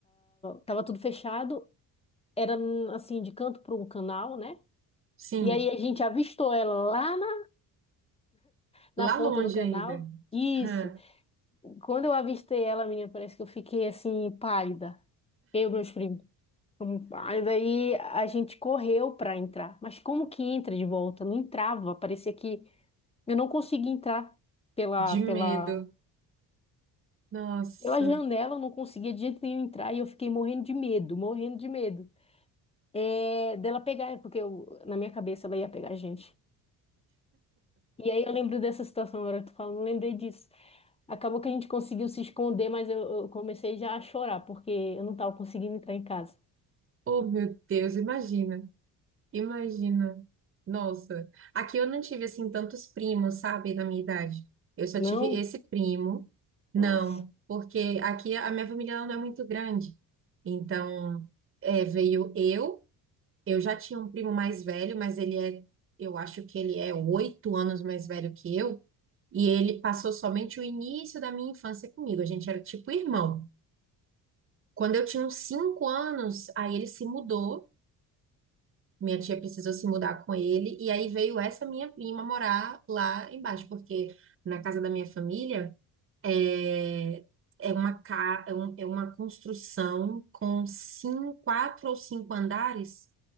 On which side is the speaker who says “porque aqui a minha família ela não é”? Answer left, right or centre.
Right